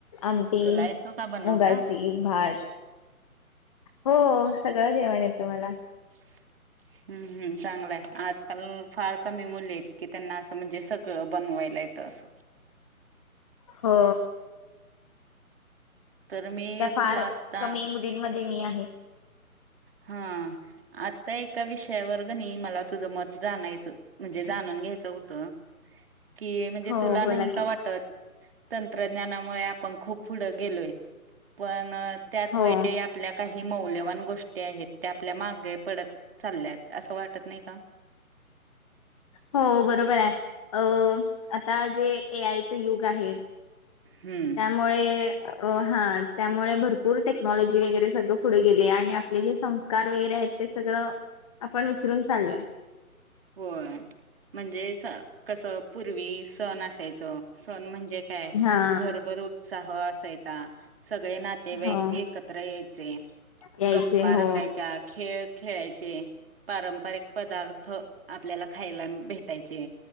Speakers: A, on the left (about 25°); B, on the right (about 40°).
A: आमटी
B: तुला येतो का बनवता
A: मुगाची. भात हो सगळं जेवाण येतं मला
B: <unintelligible> हम्म हम्म चांगलाय आजकाल फार कमी मुले आहेत की त्यांना असं म्हणजे सगळं बनवायला येत येत अस.
A: हो
B: तर मी
A: त्या फार
B: तुला आत्ता
A: कमी मुलींमध्ये मी आहे
B: हा आता एका विषयावर ग नाही मला तुझं मत जाणायचं म्हणजे जाणून घ्यायचं होतं. <unintelligible> कि म्हणजे
A: हो
B: तुला
A: बोला
B: नाही का
A: की
B: वाटत तंत्रज्ञानामुळे आपण खूप पुढं गेलोय. पण त्याच
A: हो
B: वेळी आपल्या काही मौल्यवान गोष्टी आहेत त्या आपल्या मागे पडत चालल्यात असं वाटत नाही का?
A: हो बरोबर आहे अ आता जे ए आय चं युग आहे
B: हम्म
A: मुळे हा त्यामुळे भरपूर टेक्नॉलॉजी वगैरे सगळं पुढे गेले आणि आपले जे संस्कार वगैरे आहेत ते सगळं आपण विसरून चाललोय.
B: होय म्हणजे स कसं पूर्वी सण असायचं सण म्हणजे काय
A: हा
B: घरभर उत्साह असायचा सगळे नात तेव्हा
A: हो
B: एक एकत्र यायचे
A: यायचे
B: गप्पा
A: हो
B: रंगायच्या खेळ खेळायचे, पारंपरिक पदार्थ आपल्याला खायला भेटायचे